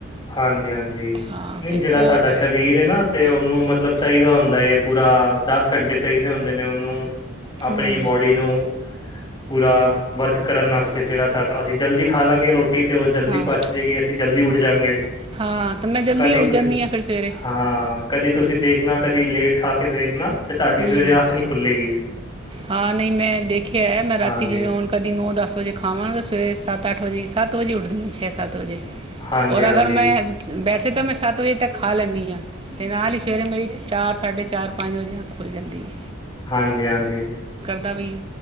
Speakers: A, on the left; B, on the right.
A: ਹਾਂਜੀ ਹਾਂਜੀ
B: ਹਾਂ
A: ਨਈ
B: ਫਿਰ
A: ਜਿਹੜਾ
B: ਉਹ
A: ਸਾਡਾ ਸਰੀਰ ਏ ਨਾ ਤੇ ਉਹਨੂੰ ਮਤਲਬ ਚਾਹੀਦਾ ਹੁੰਦਾ ਏ ਪੂਰਾ ਦਸ ਘੰਟੇ ਚਾਹੀਦੇ ਹੁੰਦੇ ਨੇ ਉਹਨੂੰ ਆਪਣੀ
B: ਹੂੰ
A: ਬੋਡੀ ਨੂੰ ਪੂਰਾ ਵਰਕ ਕਰਨ ਆਸਤੇ ਜਿਹੜਾ ਸਾਡਾ ਅਸੀਂ ਜਲਦੀ ਖਾ ਲਾਂਗੇ ਰੋਟ ਰੋਟੀ ਤੇ ਉਹ ਜਲਦੀ
B: ਹਾਂ
A: ਪੱਚ ਜੇਗੀ ਅਸੀਂ ਜਲਦੀ ਉੱਠ ਜਾਂਗੇ
B: ਹਾਂ ਤੇ ਮੈਂ ਜਲਦੀ
A: ਕਦੀ
B: ਉੱਠ
A: ਤੁਸੀਂ
B: ਜਾਂਨੀ ਆ ਫਿਰ ਸਵੇਰੇ
A: ਹਾਂ ਕਦੀ ਤੁਸੀਂ ਦੇਖਨਾ ਕਦੀ ਲੇਟ ਖਾ ਕੇ ਦੇਖਨਾ ਤੇ ਤਹਾਡੀ
B: ਹਮ
A: ਸਵੇਰੇ ਅੱਖ ਨਈ ਖੁੱਲੇਗੀ
B: ਹਾਂ ਨਹੀਂ ਮੈਂ ਦੇਖਿਆ ਮੈਂ ਰਾਤੀ
A: ਹਾਂਜੀ
B: ਜਿਵੇਂ ਹੁਨ ਕਦੀ ਨੌ ਦਸ ਵਜੇ ਖਾਵਾਂ ਨ ਸਵੇਰੇ ਸਤ ਅੱਠ ਵਜੇ ਸੱਤ ਵਜੇ ਉੱਠਦੀ ਛੇ ਸੱਤ ਵਜੇ
A: ਹਾਂਜੀ,
B: ਔਰ
A: ਹਾਂਜੀ,
B: ਅਗਰ ਮੈਂ ਬੈਸ ਉੱਥੇ ਤਾਂ ਮੈਂ ਸੱਤ ਵਜੇ ਤੱਕ ਖਾ ਲੈਂਨੀ ਆ ਤੇ ਨਾਲ ਹੀ ਸਵੇਰੇ ਮੇਰੀ ਚਾਰ ਸਾਢੇ ਚਾਰ ਪੰਜ ਵਜੇ ਅਖ ਖੁੱਲ ਜਾਂਦੀ ਏ
A: ਹਾਂਜੀ! ਹਾਂਜੀ!
B: ਦਾ ਵੀ